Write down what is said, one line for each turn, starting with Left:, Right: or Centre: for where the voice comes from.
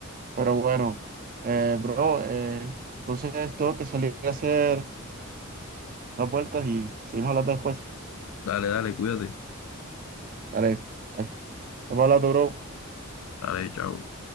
Right: Pero bueno, eh, bro, eh, entonces tengo que salir a hacer unas vueltas y seguimos hablando después.
Left: Dale, dale, cuídate.
Right: Dale, estamos hablando, bro.
Left: Dale, chao.